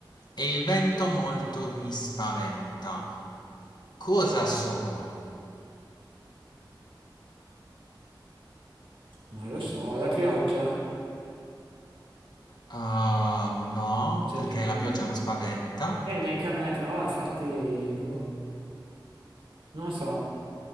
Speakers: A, on the left (about 55°); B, on the right (about 80°).
A: e il vento molto mi spaventa. Cosa sono?
B: Non lo so, la pioggia?
A: Ah, no,
B: No, certamente.
A: perché la pioggia non spaventa.
B: E neanche a me, però, infatti, boh, non lo so,